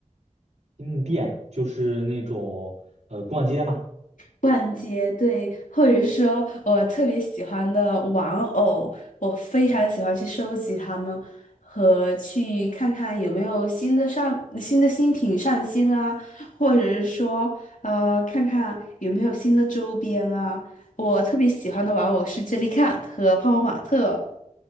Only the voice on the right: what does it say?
新的店就是那种呃逛街嘛，